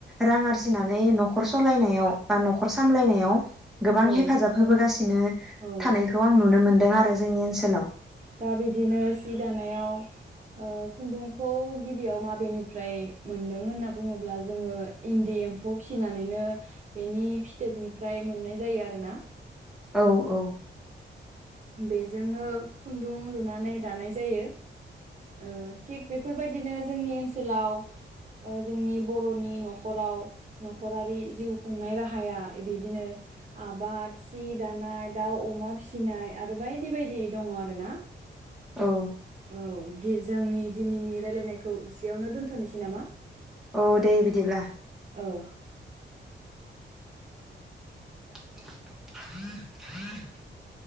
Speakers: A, in the centre; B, on the right.
A: रां आरजिनानै न'खर सलायनायाव बा न'खर सामलायनायाव गोबां
B: औ
A: हेफाजाब <unintelligible>
B: औ
A: थानायखौ आं नुनो मोनदों आरो जोंनि ओनसोल <unintelligible>
B: दा बिदिनो सि दानायाव ओ खुन्दुंखौ गिबियाव माबेनिफ्राय मोन्दों होनना बुङोब्ला जोङो इन्दि एम्फौ फिसिनानैनो बेनि फिथोबनिफ्राय मोननाय जायो आरो ना औ
A: औ औ
B: बेजोंनो खुन्दुं लुनानै दानाय जायो ओ थिग बेफोरबायदिनो जोंनि ओनसोलाव जोंनि बरनि नखराव नखरारि जिउ खुंनाय राहाया बिदिनो आबाद सि दानाय दाउ अमा फिसिनाय आरो बायदि बायदि दङ आरो ना
A: औ
B: औ दि जोंनि दिनैनि रायलायनायखौ एसेयावनो दोन्थनोसै नामा
A: औ दे बिदिब्ला
B: औ
A: <inaudible>